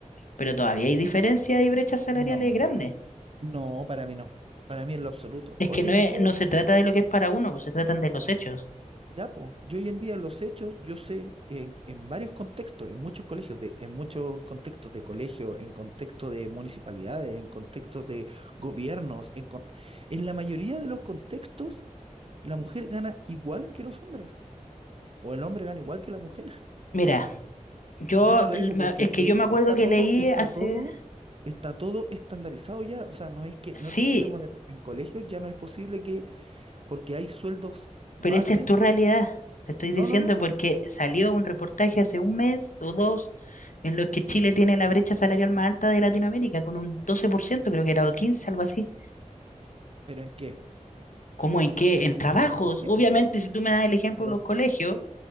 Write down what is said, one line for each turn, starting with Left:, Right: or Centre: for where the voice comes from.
Left: pero todavía hay diferencias y brechas salariales
Right: No,
Left: grandes.
Right: no, para mí no. Para mí en lo absoluto.
Left: Es
Right: Hoy
Left: que no
Right: en
Left: es-
Right: día,
Left: no se trata de lo que es para uno, pues se tratan de los hechos.
Right: ya, pues, yo hoy en día en los hechos, yo sé en, en varios contextos, en muchos colegios, de, en muchos contextos de colegio, en contexto de municipalidades, en contextos de gobiernos, en, con- en la mayoría de los contextos, la mujer gana igual que los hombres, o el hombre gana igual que la mujer.
Left: Mira, yo
Right: Yo te lo
Left: l-
Right: digo
Left: me-
Right: porque
Left: es que
Right: eh,
Left: yo me acuerdo
Right: está
Left: que
Right: todo,
Left: leí
Right: está
Left: hace,
Right: todo, está todo estandarizado ya. O sea, no es que
Left: sí,
Right: no es posible bueno, en colegios ya no es posible que porque hay sueldos bases.
Left: Pero esa es tu realidad, te estoy
Right: No,
Left: diciendo,
Right: no, no, no.
Left: porque salió un reportaje hace un mes o dos en los que Chile tiene la brecha salarial más alta de Latinoamérica, con un 12%, creo que era, o 15, algo así.
Right: ¿Pero en qué?
Left: ¿Cómo en qué? En trabajos.
Right: ¿En qué,
Left: Obviamente,
Right: po?
Left: si tú me das el ejemplo
Right: Pero
Left: de los colegios,